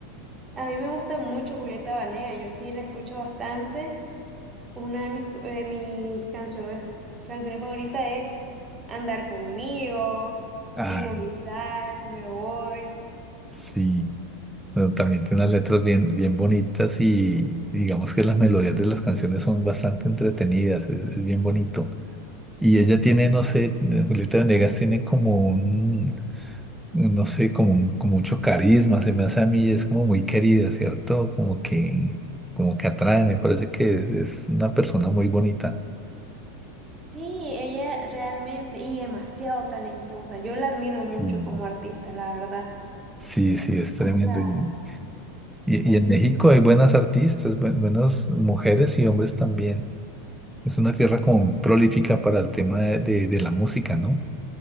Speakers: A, on the right (about 25°); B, in the centre.
A: a mí me gusta mucho Julieta Banea, yo sí la escucho bastante. Una de mis, de mis canciones, canciones favoritas es Andar conmigo,
B: Ah,
A: Limón y Sal, Me Voy.
B: sí. Bueno, también tiene unas letras bien, bien bonitas y digamos que las melodías de las canciones son bastante entretenidas, es, es bien bonito. Y ella tiene, no sé, eh, Julieta Venegas tiene como un, no sé, como un- con mucho carisma, se me hace a mí, es como muy querida, ¿cierto? Como que, como que atrae, me parece que es, es una persona muy bonita.
A: Sí, ella realmente y demasiado talentosa. Yo la admiro mucho
B: Mm.
A: como artista, la verdad.
B: Sí, sí, es tremendo.
A: O sea,
B: Y, y-
A: es
B: y en México hay buenas artistas, buen- buenas mujeres y hombres también. Es una tierra como prolífica para el tema de, de- de la música, ¿no?